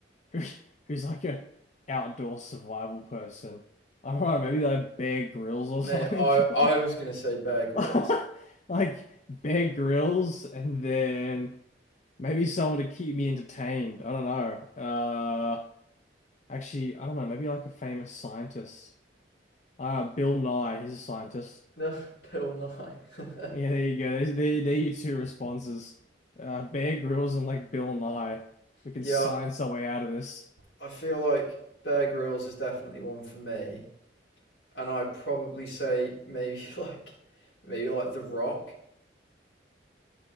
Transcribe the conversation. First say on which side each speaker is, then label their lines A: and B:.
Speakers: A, on the left; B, on the left.
A: who, who's like a outdoor survival person. I don't know, maybe like Bear grills or
B: Mate,
A: something.
B: I I was
A: <laughs>
B: gonna say Bear Grylls.
A: <laughs> Like Bear grills, and then maybe someone to keep me entertained. I don't know. Uh, actually, I don't know. Maybe like a famous scientist. Uh, Bill Nye, he's a scientist.
B: No, <laughs> Bill Nye. <laughs>
A: Yeah, there you go. There's, there, there are your two responses. Uh, Bear grills and like Bill Nye. We can
B: Yeah,
A: science our way out of this.
B: I feel like Bear Grylls is definitely one for me. and I'd probably say maybe <laughs> like maybe like The Rock,